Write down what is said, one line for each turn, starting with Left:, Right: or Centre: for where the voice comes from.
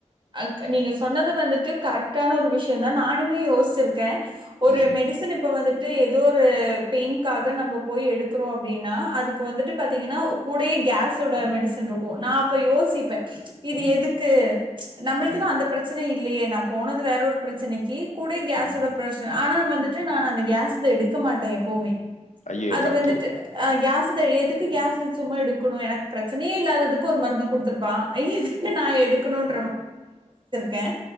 Right: அ நீங்க சொன்னது வந்துட்டு கரெக்டான ஒரு விஷ்யந்தா நானுமே யோசி சிருக்கேன் ஒரு
Left: ம்ஹ்ம்.
Right: மெடிசன் இப்ப வந்துட்டு ஏதோ ஒரு பெயினக்காக நம்ம போய் எடுக்குறோம் அப்படின்னா அதுக்கு வந்துட்டு பாத்தீங்கன்னா கூட யே கேஸ்ஸோட மெடிசின் டுத்துனருக்கோம் நான் அப்ப யோசிப்பேன் இது
Left: ம்.
Right: எதுக்கு நம்ளுக்குதான்
Left: ம்.
Right: அந்த பிரச்சனை இல்லையே நான் போனது வேற ஒரு பிரச்சனைக்கு கூட கஸ்ஸோட
Left: ம்.
Right: பிரஸ்ஸர் ஆனால் வந்துட்டு நான் அந்த கேஸ் இத எடுக்க மாட்டேன் எப்பவுமே
Left: ஐயோ!
Right: அது
Left: தப்பு.
Right: வந்துட்டு கியாஸ் எதுக்கு கேஸ்து சும்மா எடுக்கணும் எனக்கு பிரச்சனையே இல்லாததுக்கு ஒரு மருந்த கொடுடுத்தருப்பான் எதுக்கு நான் எடுக்கணும் கேன்